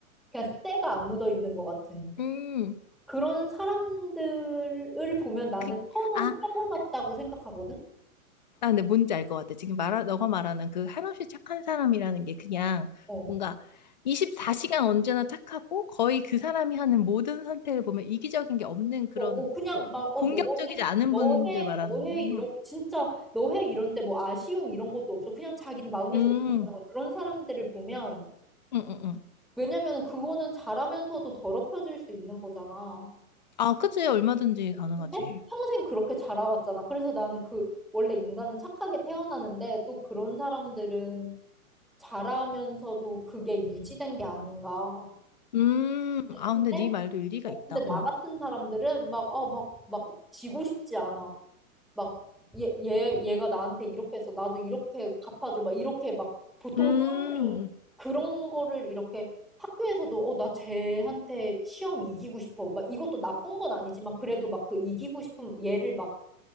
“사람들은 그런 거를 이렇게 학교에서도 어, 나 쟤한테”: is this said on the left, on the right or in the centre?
Centre